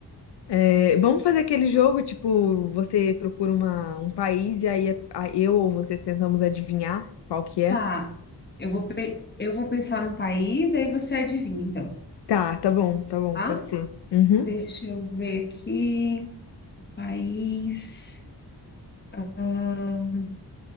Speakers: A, on the left (about 80°); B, on the left (about 25°).
A: É, vamos fazer aquele jogo, tipo, você procura uma, um país e aí a- a- eu ou você tentamos adivinhar qual que é?
B: Tá. Eu vou, pe- eu vou pensar num país, daí você adivinha, então,
A: Tá, tá bom, tá bom,
B: tá?
A: pode ser. Uhum.
B: Deixa eu ver aqui. País. Ah,